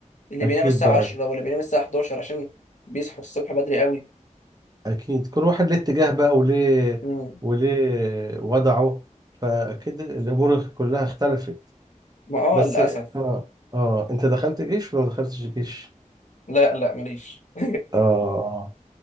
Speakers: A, on the left; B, on the right.
A: اللي
B: اكيد
A: بينام الساعه
B: بقى
A: 10 واللي بينام الساعه 11 عشان بيصحوا الصبح بدري قوي
B: اكيد كل واحد ليه اتجاه بقى وليه
A: مم.
B: وليه وضعه فاكيد الامور كلها اختلفت
A: ما اه
B: بس
A: للاسف
B: اه اه انت دخلت جيش ولا ما دخلتش جيش
A: لا لا ماليش <laughs>
B: اه آه.